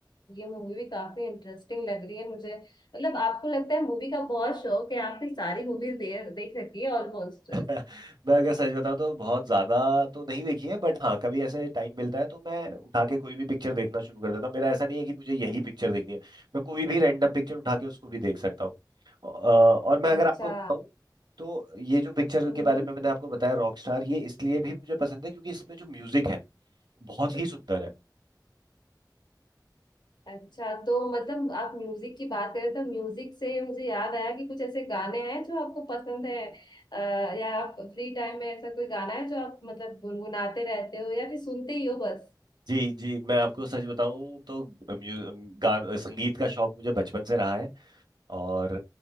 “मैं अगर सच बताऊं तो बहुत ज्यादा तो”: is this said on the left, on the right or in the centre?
Right